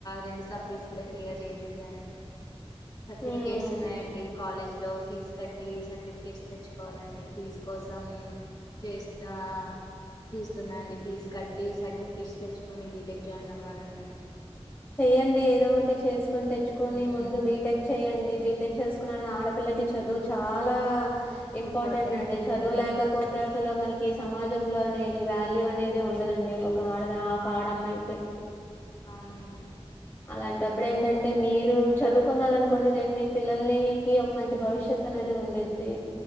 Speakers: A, on the left; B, on the left.
A: రెండు సప్లై కూడా క్లియర్ చేసేశాను సర్టిఫికేట్స్
B: మ్మ్
A: ఉన్నాయండి కాలేజ్ లో ఫీజ్ కట్టి సర్టిఫికేట్స్ తెచ్చుకోవాలండి ఫీజ కోసం చేస్త చూస్తున్నాండి ఫీజు కట్టి సర్టిఫికేట్స్ తెచ్చుకొని బీటెక్ జాయిన్ అవ్వాలండి
B: చెయ్యడి ఏదో ఒకటి చేసుకో కొని తెచ్చుకొని
A: మ్మ్
B: ముందు బీటెక్ చెయ్యండి బి పెళ్లి చేసుకున్న ఆడపిల్లకి చదువు చాలా ఇంపార్టెంట్
A: ఇంపార్టెంటే
B: అండి చదువు
A: మ్మ్
B: లేకపోతే అసలు మనకి సమాజంలో అనేది వాల్యూ అనే తే ఉండదండి ఆడదా ఒక ఆడమ్మాయి
A: అవునండి
B: అలాంటప్పుడు ఏంటంటే మీరు చదువుకున్నారు అనుకోండి రేపు మీ పిల్లల్నికి ఒక మంచి భవిష్యత్ అనేది ఉండిద్ది.